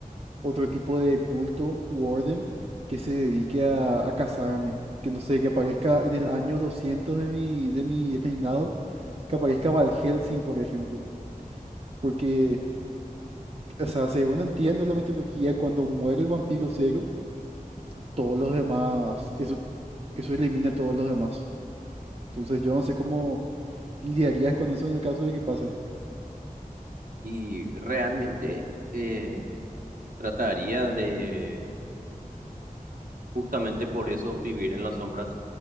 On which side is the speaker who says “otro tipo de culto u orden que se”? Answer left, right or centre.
Right